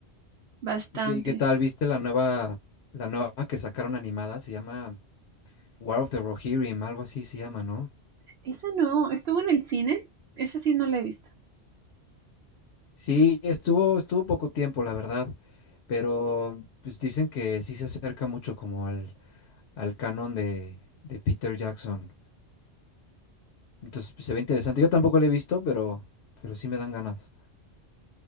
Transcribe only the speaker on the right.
Bastante.
Esa no, estuvo en el cine. Esa sí no la he visto.